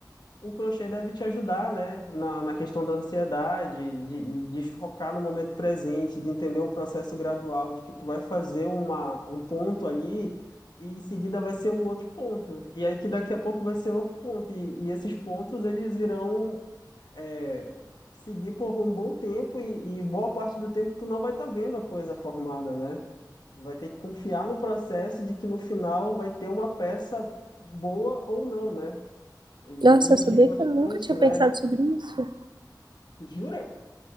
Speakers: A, on the left; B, on the right.
A: o crochê deve te ajudar, né? Na, na questão da ansiedade, de, de focar no momento presente, de entender o processo gradual, de que tu vai fazer uma, um ponto ali e em seguida vai ser um outro ponto. E aí que daqui a pouco vai ser outro ponto. E, e esses pontos, eles irão... é, seguir por um bom tempo e, e boa parte do tempo tu não vai estar vendo a coisa formada, né? Vai ter que confiar no processo de que no final vai ter uma peça boa ou não, né? Exige
B: Nossa, eu sabia
A: bastante,
B: que eu nunca tinha
A: né?
B: pensado sobre isso.
A: Jura?